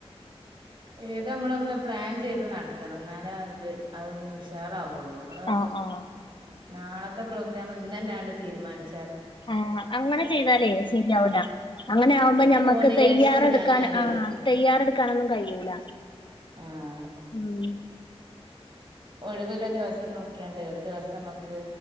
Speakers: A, on the right; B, on the left.
A: ഏത് നമ്മള ഒന്ന് പ്ലാൻ ചെയ്ത് നടത്തണം എന്നാലേ അത് അതൊന്ന് ഉഷാറാവുള്ളൂ നമ്മള്
B: ആഹ ആഹ
A: നാളത്തെ പ്രോഗ്രാം ഇന്ന് തന്നെയണ്ട് തീരുമാനിച്ചു
B: ആഹ അങ്ങനെ ചെയ്താലേ ശരിയാവല അങ്ങനെ ആവുമ്പോ
A: ഒരു
B: ഞമ്മക്ക്
A: കോർഡിനേഷൻ
B: തയ്യാറെടുക്കാൻ
A: ഇല്ലാഞ്ഞാല്
B: ആഹ തയ്യാറെ എടുക്കാനൊന്നും കഴിയൂല
A: ആഹ്
B: ഉ
A: ഒഴിവിലെ ദിവസം നോക്കിയണ്ട് ഒരു ദിവസം നമക്ക്